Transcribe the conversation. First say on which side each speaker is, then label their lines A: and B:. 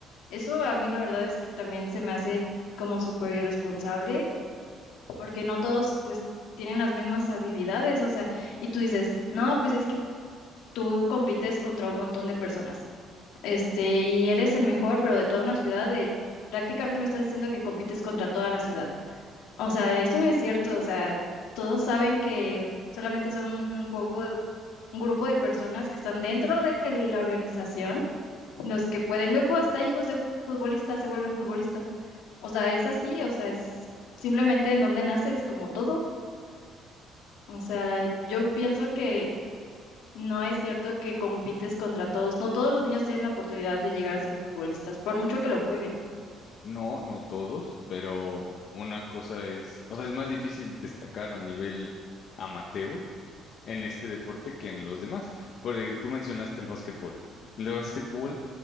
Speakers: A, on the left; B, on the left.
A: Eso a mí la verdad es que también se me hace como súper irresponsable, porque no todos pues tienen las mismas habilidades, o sea, y tú dices, no, pues es que tú compites contra un montón de personas, este, y eres el mejor, pero de toda una ciudad, de, prácticamente me estás diciendo que compites contra toda la ciudad. O sea, eso no es cierto. O sea, todos saben que solamente son un poco, un grupo de personas que están dentro de la organización, los que pueden, luego hasta hijos de futbolistas se vuelven futbolistas. O sea, es así, o sea, es simplemente en donde naces, como todo. O sea, yo pienso que no es cierto que compites contra todos. No todos los niños tienen la oportunidad de llegar a ser futbolistas, por mucho que lo jueguen.
B: No, no todos, pero una cosa es, o sea, es más difícil destacar a nivel amateur en este deporte que en los demás. Porque tú mencionaste el básquetbol. El básquetbol,